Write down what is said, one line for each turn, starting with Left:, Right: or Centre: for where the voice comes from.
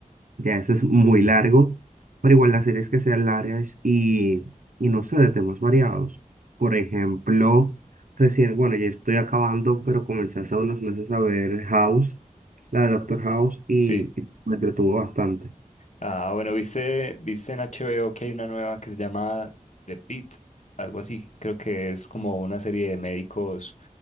Right: ya eso es muy largo, pero igual las series que sean largas y, y no sé, de temas variados. Por ejemplo, recién, bueno, ya estoy acabando, pero comencé hace unos meses a ver House, la de Doctor House, y
Left: Sí.
Right: y me entretuvo bastante.
Left: Ah, bueno, viste, viste en HBO que hay una nueva que se llama The Pitt, algo así. Creo que es como una serie de médicos